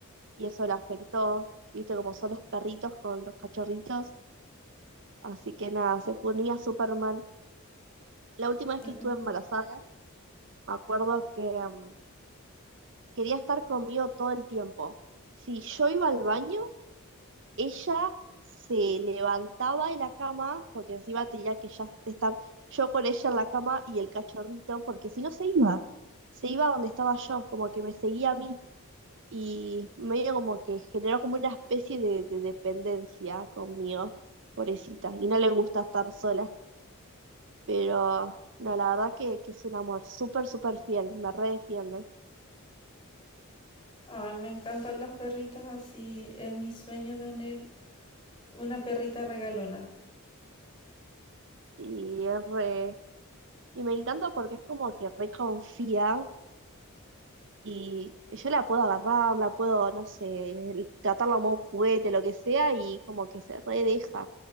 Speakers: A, on the right; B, on the left.
A: y eso la afectó, viste como son los perritos con los cachorritos, así que nada, se ponía súper mal. La última vez
B: Mm,
A: que estuve
B: mm.
A: embarazada, me acuerdo que mm, quería estar conmigo todo el tiempo. Si yo iba al baño, ella se levantaba de la cama, porque encima tenía que ya estar yo con ella en la cama y el cachorrito, porque si no se iba, se iba donde estaba yo, como que me seguía a mí y medio como que generó como una especie de, de dependencia conmigo, pobrecita, y no le gusta estar sola, pero no, la verdad que, que es un amor súper, súper fiel, me redefiende
B: Ay, me encantan las perritas así. Es mi sueño tener una perrita regalona.
A: y es re... Y me encanta porque es como que reconfía Y yo la puedo agarrar, la puedo, no sé, tratarla como un juguete, lo que sea, y como que se redeja.